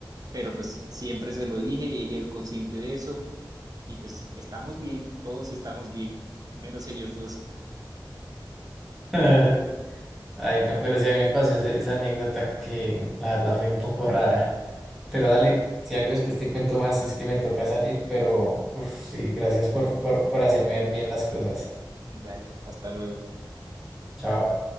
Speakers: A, on the right (about 50°); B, in the centre.
A: pero pues siempre se lo dije y ella es consciente de eso y pues estamos bien, todos estamos bien, menos ellos dos.
B: <laughs> Ay, no, pero sí a mí me pasó esa, esa anécdota que la verdad fue un poco rara. Pero dale, si algo después te cuento más, es que me toca salir, pero uf, sí, gracias por, por, por hacerme ver bien las cosas.
A: Dale, hasta luego.
B: Chao.